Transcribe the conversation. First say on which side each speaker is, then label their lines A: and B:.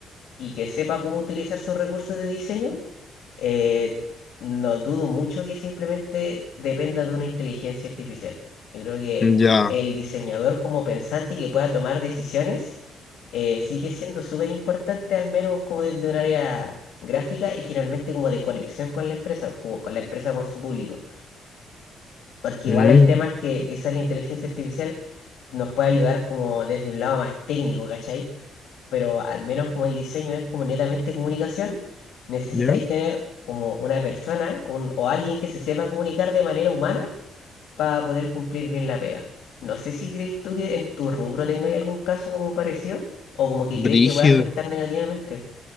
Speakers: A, on the left; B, on the left.
A: y que sepa cómo utilizar sus recursos de diseño, eh, no dudo mucho que simplemente dependa de una inteligencia artificial. Yo creo que
B: ya.
A: el diseñador como pensante y que pueda tomar decisiones eh, sigue siendo súper importante, al menos como desde un área gráfica y finalmente como de conexión con la empresa, o con la empresa con su público. Porque
B: Mm,
A: igual hay temas que quizás la inteligencia artificial nos puede ayudar como desde un lado más técnico, ¿cachai? pero al menos como el diseño es como netamente comunicación, necesitáis
B: ¿ya?
A: tener como una persona un- o alguien que se sepa comunicar de manera humana para poder cumplir bien la pega. No sé si crees tú que en tu rubro tengáis algún caso como parecido o como que
B: Brígido.
A: crees que puede afectar negativamente.